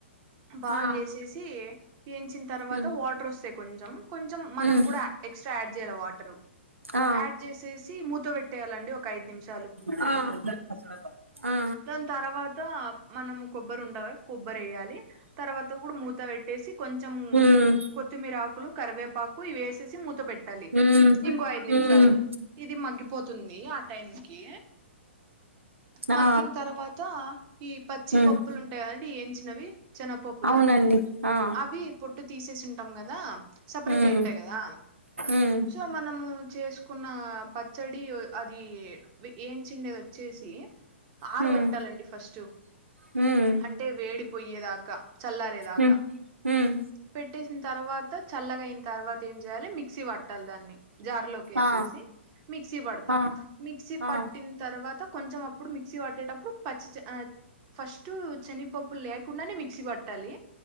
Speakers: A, on the right (about 35°); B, on the right (about 80°).
A: బాగేసేసి
B: ఆ
A: వంచిన తర్వాత
B: ఉమ్
A: వాటర్ వస్తాయి కొంచెం కొంచెం మనం
B: ఉమ్
A: కూడా ఎక్స్ట్రా యాడ్ చేయ్యాల వాటర్
B: ఆ
A: యాడ్ చేసేసి మూత పెట్టేయాలండి ఒక ఐదు నిమిషం
B: ఆ ఆ
A: దాని తర్వాత మనము కొబ్బరు ఉంట కొబ్బరి వేయాలి తర్వాత కూడా మూత పెట్టేసి కొంచెం
B: ఉమ్
A: కొత్తిమీర ఆకులు కరివేపాకు ఇవేసేసి మూత పెట్టాలి
B: ఉమ్
A: ఇంకో ఐదు నిమిషాలు
B: ఉమ్
A: ఇది మగ్గిపోతుంది ఆ టైం కి మగ్గిన
B: ఆ
A: తర్వాత ఈ పచ్చి
B: ఉమ్
A: పప్పు లు ఉంటాయి కదండి ఏంచినవి శనగపప్పులు
B: అవునండి ఆ
A: అవి పొట్టు తీసేసి ఉంటాం కదా సపరేట్
B: ఉమ్
A: ఏంటాయి కదా
B: ఉమ్
A: సో మనం చేసుకున్న పచ్చడి అది వ్ ఏంచిండేది వచ్చేసి ఆరబెట్టాలండి
B: హ్మ్
A: ఫస్ట్
B: హ్మ్
A: అం టే వేడిపోయ్యేదాకా చల్లరేదాకా
B: హ్మ్ హ్మ్
A: పెట్టేసిన తర్వాత చల్లగా అయిన తర్వాత ఏం చేయాలి మిక్సీ పట్టాలి దాన్ని జార్ లోకేసేసి
B: ఆ
A: మిక్సీ పడుతాం
B: ఆ
A: మిక్సీ
B: ఆ
A: పట్టిన తర్వాత కొంచెం అప్పుడు మిక్సీ పట్టేటప్పుడు పచ్చి ఆ ఫస్ట్ శనిపప్పులు లేకుండానే మిక్సీ పట్టాలి